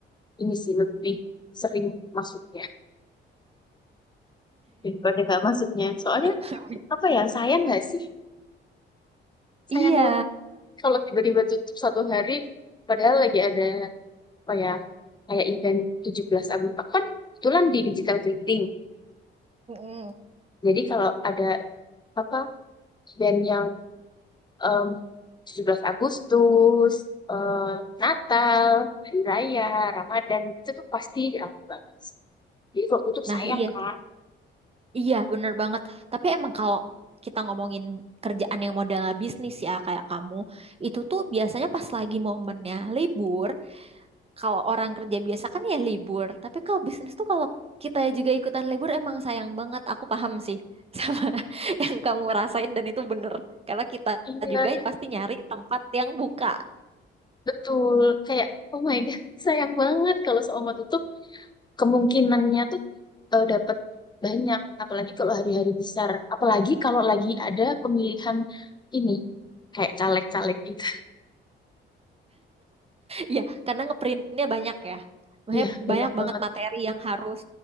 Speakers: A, on the left (about 20°); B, on the right (about 30°).
A: ini sih lebih sering masuknya daripada nggak masuknya. Soalnya
B: <laughs>
A: apa ya sayang nggak sih? Sayang
B: Iya.
A: banget kalau tiba-tiba tutup satu hari padahal lagi ada apa ya kayak event 17 Agustus. Aku kan kebetulan di digital printing.
B: Mm-mm.
A: Jadi kalau ada apa event yang em, 17 Agustus, eh, Natal, Hari Raya, Ramadan, itu tuh pasti ramai banget. Jadi kalau tutup
B: Nah,
A: sayang
B: iya.
A: kan?
B: Iya, bener banget. Tapi emang kalau kita ngomongin kerjaan yang modelnya bisnis ya, kayak kamu, itu tuh biasanya pas lagi momennya libur, kalau orang kerja biasa kan ya libur. Tapi kalau bisnis tuh kalau kita juga ikutan libur emang sayang banget. Aku paham sih <laughs> sama yang kamu rasain dan itu bener. Karena kita
A: Iya,
B: juga pasti nyari tempat yang buka.
A: betul. Kayak, oh my God, <laughs> sayang banget kalau seumur tutup. Kemungkinannya tuh eh, dapat banyak, apalagi kalau hari-hari besar. Apalagi kalau lagi ada pemilihan ini, kayak caleg-caleg gitu. <laughs>
B: Iya, karena ngeprintnya banyak ya. Maksudnya
A: Iya, banyak
B: banyak
A: banget.
B: banget materi yang harus